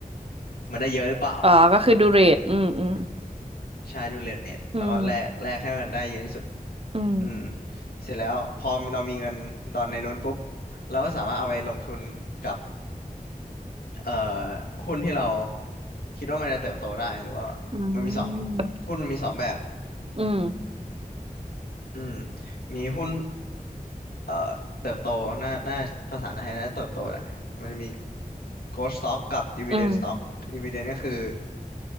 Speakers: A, on the left (about 80°); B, on the right (about 40°).
A: มันได้เยอะหรือเปล่า
B: อ่าก็คือดูเรทอืมอืม
A: ใช่ดูเรทแล้วก็แลกแลกให้มันได้เยอะที่สุด
B: อืมอืม
A: อืมเสร็จแล้วพอเรามีเงินดอนในนู้นปุ๊บเราก็สามารถเอาไปลงทุนกับเอ่อหุ้นที่เราคิดว่ามันจะเติบโตได้หรือว่า
B: อื
A: มันมีสอง
B: ม
A: หุ้นมันมีสองแบบ
B: อืม
A: อืมมีหุ้นเอ่อเติบโตหน่าหน่าภาษาไทยน่าจะเติบโตแหละมันจะมี growth stock กับ dividend
B: อืม
A: stock dividend ก็คือ